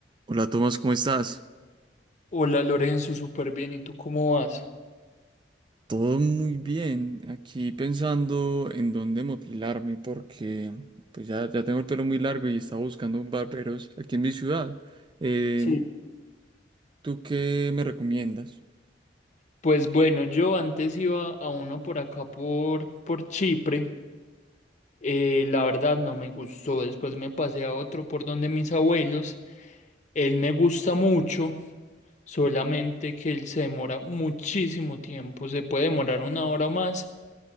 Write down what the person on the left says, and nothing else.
Hola Lorenzo, súper bien. ¿Y tú cómo vas?
Sí,
Pues bueno, yo antes iba a uno por acá por, por Chipre. Eh, la verdad no me gustó. Después me pasé a otro por donde mis abuelos. Él me gusta mucho, solamente que él se demora muchísimo tiempo. Se puede demorar una hora o más.